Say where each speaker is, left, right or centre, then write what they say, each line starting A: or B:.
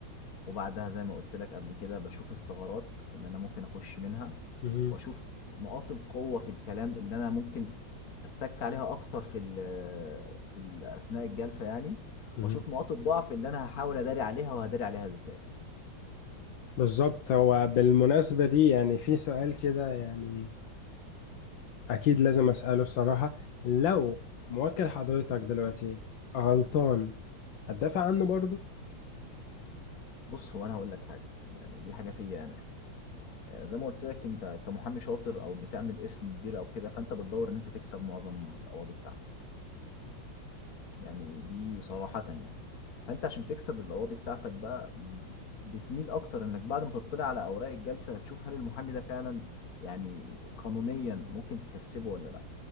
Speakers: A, on the left; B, on the left.
A: وبعدها زي ما قلت لك قبل كده بشوف الثغرات اللي انا ممكن اخش منها
B: مم.
A: واشوف نقاط القوة في الكلام اللي انا ممكن اتك عليها اكتر في ال في ال اثناء الجلسة يعني
B: مم.
A: واشوف نقاط الضعف اللي انا هحاول اداري عليها وهداري عليها ازاي
B: بالظبط هو بالمناسبة دي يعني في سؤال كده يعني أكيد لازم أسأله الصراحة لو موكل حضرتك دلوقتي غلطان هتدافع عنه برضه؟
A: بص هو انا هقول لك حاجة يعني دي حاجة فيا انا آه، زي ما قلت لك انت كمحامي شاطر او بتعمل اسم كبير او كده فانت بتدور ان انت تكسب معظم القواضي بتاعتك يعني دي صراحة يعني فانت عشان تكسب القواضي بتاعتك بقى بتميل اكتر انك بعد ما تطلع على اوراق الجلسة هتشوف هل المحامي ده فعلا يعني قانونيا ممكن تكسبه ولا لا